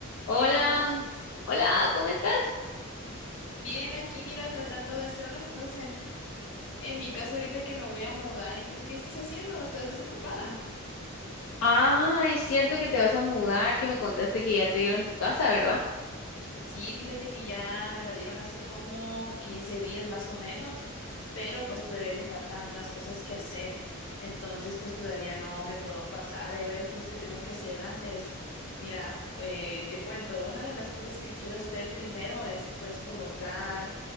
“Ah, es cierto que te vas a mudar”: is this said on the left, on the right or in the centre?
Left